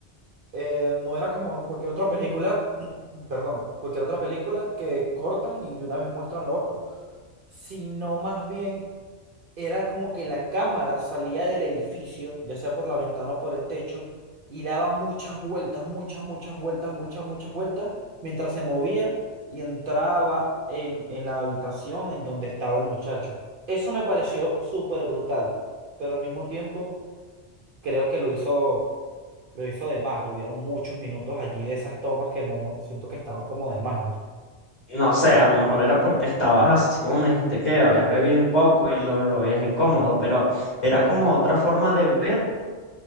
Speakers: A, on the right; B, on the left.
A: eh, no era como cualquier otra película, <clears throat> perdón, cualquier otra película que cortan y de una vez muestran lo otro, sino más bien era como que la cámara salía del edificio, ya sea por la ventana o por el techo, y daba muchas vueltas, muchas, muchas vueltas, muchas, muchas vueltas, mientras se movía y entraba en, en la habitación en donde estaba el muchacho. Eso me pareció súper brutal, pero al mismo tiempo creo que lo hizo lo hizo de más. Hubieron muchos minutos allí de esas tomas que no siento que estaban como de más, ¿no?
B: Y No sé, a lo mejor era porque estabas así como me dijiste que habías bebido un poco y lo, lo veías incómodo, pero era como otra forma de ver